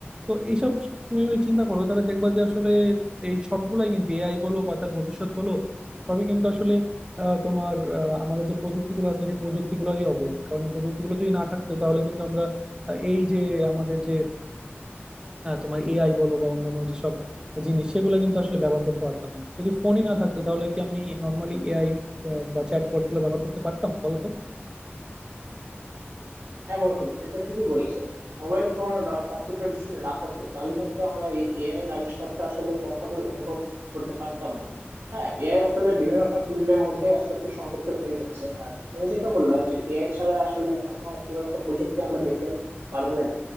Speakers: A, on the right; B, on the right.
A: তো এইসব তুমি ওই চিন্তা করো তাহলে দেখবা যে আসলে এই সবগুলাই কিন্তু এআই বলো বা তার ভবিষ্যৎ বলো সবই কিন্তু আসলে আহ, তোমার আহ, আমাদের যে প্রযুক্তিগুলো আছে সেই প্রযুক্তিগুলোরই অবদান কারণ এই প্রযুক্তিগুলো যদি না থাকতো তাহলে কিন্তু আমরা আহ, এই যে আমাদের যে হ্যাঁ তোমার এআই বলো বা অন্যান্য যেসব জিনিস সেগুলো কিন্তু আসলে ব্যবহার করতে পারতাম না যদি ফোনই না থাকতো তাহলে কি আমি নর্মালি এআই বা চ্যাটবট গুলো ব্যবহার করতে পারতাম বলো তো
B: হ্যাঁ বন্ধু এটা ঠিকই বলেছো মোবাইল ফোন বা কম্পিউটার যদি না থাকতো তাহলে কিন্তু আমরা এই এআই এর আবিষ্কারটা আসলে কোনোভাবে অনুভব করতে পারতাম না হ্যাঁ এআই আসলে বিভিন্ন ফিল্ডের মধ্যে আস্তে আস্তে সম্পৃক্ত হয়ে যাচ্ছে আর তুমি যেটা বললা যে এআই ছাড়া আসলে এখন খুব একটা প্রযুক্তি আমরা দেখতে পারবোই না